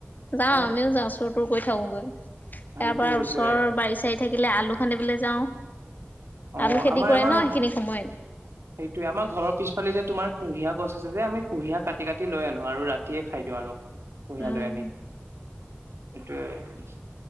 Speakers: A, on the left (about 40°); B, on the right (about 70°).
A: যাও
B: অ
A: আমিও যাও চুৰ- তুৰ কৰি থাকোগৈ তাৰ
B: সেইটোয়ে
A: পৰা
B: সেইটোয়ে
A: ওচৰ বাৰি -চাৰি থাকি কিলে আলু খান্দিবলৈ যাওঁ।
B: অহ,
A: আলু খেতি
B: আমাৰ
A: কৰে
B: -আমাৰ
A: ন সেইখিনি
B: সেইটোয়ে
A: সময়ত
B: আমাৰ ঘৰৰ পিছফালে যে তোমাৰ কুঁহিয়া গছ আছে যে আমি কুহিয়া কাটি -কাটি লৈ আনো আৰু ৰাতিয়ে খাই দিওঁ আৰু। কুঁহিয়াৰ
A: উম
B: লৈ আনি সেইটোৱে।